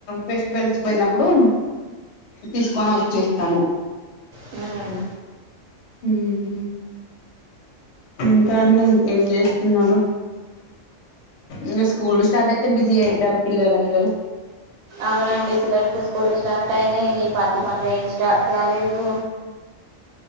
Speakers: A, on the left; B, on the right.
A: ఫెస్టివల్స్ పోయినప్పుడు తీసుకొని వచ్చేస్తాను
B: హ్మ్
A: హ్మ్ ఇంకాండి ఇంకేం చేస్తున్నారు ఇగ స్కూల్ స్టార్ట్ అయితే బిజీ అవుతారు పిల్లలందరూ
B: అవునండి పిల్లలకు స్కూల్ స్టార్ట్ అయినాయి ఈ పత్తి పనులు ఏవి స్టార్ట్ కాలేదు